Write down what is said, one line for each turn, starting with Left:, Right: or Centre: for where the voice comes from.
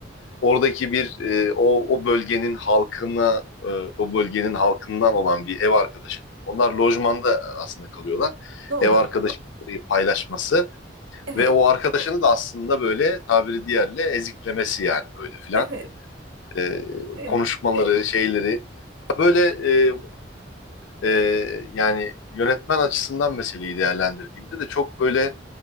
Left: oradaki bir e, o o bölgenin halkına e, o bölgenin halkından olan bir ev arkadaşının onlar lojmanda aslında kalıyorlar.
Right: Doğru.
Left: Ev arkadaşları paylaşması
Right: Evet,
Left: ve o arkadaşını da aslında böyle tabiri diğerle eziklemesi yani böyle filan.
Right: evet,
Left: E,
Right: evet.
Left: konuşmaları, şeyleri böyle e, e, yani yönetmen açısından meseleyi değerlendirdiğimde de çok böyle